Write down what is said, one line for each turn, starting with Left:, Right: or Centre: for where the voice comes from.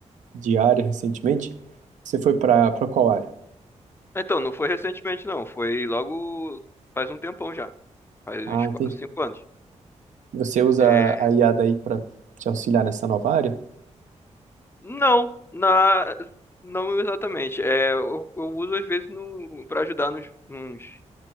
Right: de área recentemente. Você foi para para qual área?
Left: Então, não foi recentemente, não. Foi logo faz um tempão já. Faz
Right: Ah,
Left: uns
Right: entendi.
Left: 4, 5 anos.
Right: Você usa
Left: É,
Right: a IA daí para te auxiliar nessa nova área?
Left: Não, na, não exatamente. É, eu, eu uso às vezes no, para ajudar nos, nos